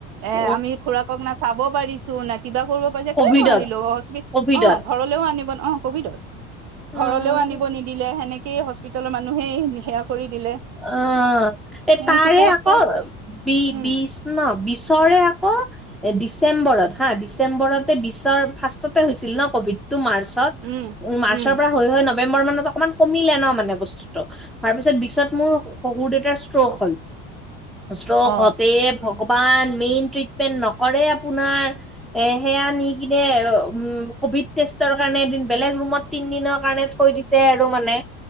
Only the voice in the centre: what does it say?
অ
কভিডত
কভিডত
আহ
অ', এ
তাৰে
আকৌ
বি-বিচ
ন বিচৰে আকৌ এ ডিচেম্বৰত হা, ডিচেম্বৰতে বিচৰ ফাৰ্ষ্টতে হৈছিল ন ক'ভিড টো মাৰ্চত,
উ মাৰ্চৰ
পৰা হৈ হৈ ন নৱেম্বৰ মানত অকমান কমিলে ন মান বস্তুটো, তাৰপিছত বিছত মোৰ শ-শহুৰ দেউতাৰ ষ্ট্ৰোক হ'ল, ষ্ট্ৰোক
হওতে হে ভগৱান মেইন ট্ৰিটমেণ্ট নকৰে আপোনাৰ, এই সেইয়া নিকিনে কভিদ টেষ্ট তাৰ কাৰণে এদিন বেলেগ ৰুমত তিনদিনৰ কাৰণে থৈ দিছে আৰু মানে।